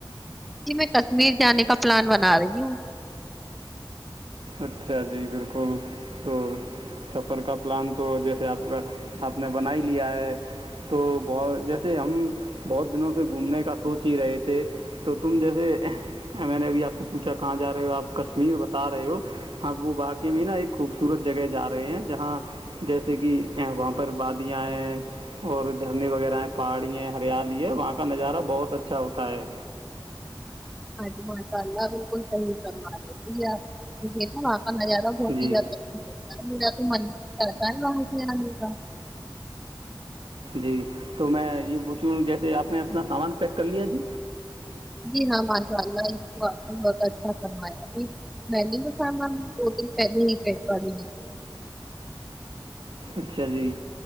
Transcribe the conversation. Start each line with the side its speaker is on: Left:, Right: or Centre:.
Centre: جی میں کشمیر جانے کا پلان بنا رہی ہوں
Right: اچھا جی بالکل تو سفر کا پلان تو جیسے آپ کا آپ نے بنا ہی لیا ہے تو بہ جیسے ہم بہت دنوں سے گھومنے کا سوچ ہی رہے تھے تو تم جیسے میں نے ابھی آپ سے پوچھا کہاں جا رہے ہو آپ کشمیر بتا رہے ہو اب وہ واقعی میں نا ایک خوبصورت جگہ جا رہے ہیں جہاں جیسے کہ وہاں پر بادیاں ہیں اور جھرنے وغیرہ ہیں پہاڑی ہے ہریالی ہے وہاں کا نظارہ بہت اچھا ہوتا ہے
Centre: آج ماشاء اللہ بالکل صحیح کرما رہےتی ار یہ ن ہارہ ہوھتی
Right: جی
Centre: جاتا تو من کرتا ہے باںسا د کا
Right: جی تو میں یہ پوچھوں جیسے آپ نے اپنا سامان پیک کر لیا جی
Centre: جی ہاں ماشاء اللہ اس کو آپ نے بہت اچھا کرموایا میں نے تو تھا میم دو دن پہلے ہی چیک کر د گ
Right: اچھا جی